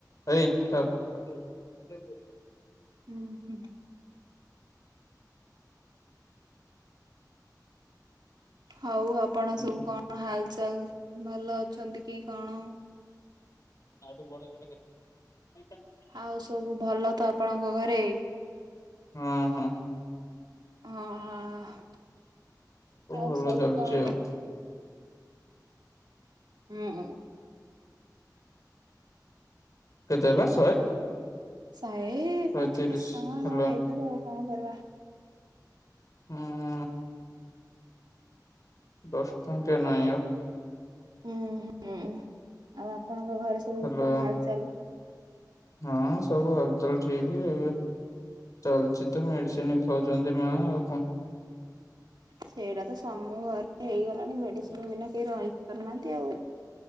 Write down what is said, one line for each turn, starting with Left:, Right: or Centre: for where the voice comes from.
Left: ଭାଇ ଥାଉ। କିନ୍ତୁ।
Right: ହୁଁ ହୁଁ। ହଉ ଆପଣ
Left: ହଁ
Right: ସବୁ କଣ ହାଲଚାଲ ଭଲ ଅଛନ୍ତି କି କଣ?
Left: ଆଟୁ ବଡ଼ ଯୋଉଟା କେତେ?
Right: ଆଉ ସବୁ ଭଲ ତ ଆପଣଙ୍କ ଘରେ?
Left: ହଁ ହଁ।
Right: ହଁ ହଁ ଆଉ
Left: ଭଲ
Right: ସବୁ
Left: ଚାଲିଛି
Right: କଣ?
Left: ଆଉ
Right: ଉଁ ଉଁ।
Left: କେତେ ହେଲା ଶହେ
Right: ସେଇ
Left: ଶହେ
Right: ପାଞ୍ଚ
Left: ତିରିଶ
Right: ଦଶ ଟଙ୍କା
Left: ହେଲା
Right: କଣ ହେଇଥବ ଆଉ କଣ କରିବା।
Left: ହୁଁ। ଦଶ ଟଙ୍କିଆ ନାହିଁ ଆଉ।
Right: ହୁଁ ହୁଁ ଆଉ ଆପଣଙ୍କ ଘରେ ସବୁ
Left: ହେଲା
Right: କଣ ହାଲଚାଲ?
Left: ହଁ ସବୁ ହାଲ ଚାଲ ଠିକ ଏବେ। ଚାଲଛି ତ ମେଡିସିନ ଖାଉଛନ୍ତି ମା ଆଉ କଣ।
Right: ସେଇଟା ତ ସମୁ ଘରେ ହେଇଗଲାଣି ମେଡିସିନ ବିନା କେହି ରହିପାରୁନାହାନ୍ତି ଆଉ।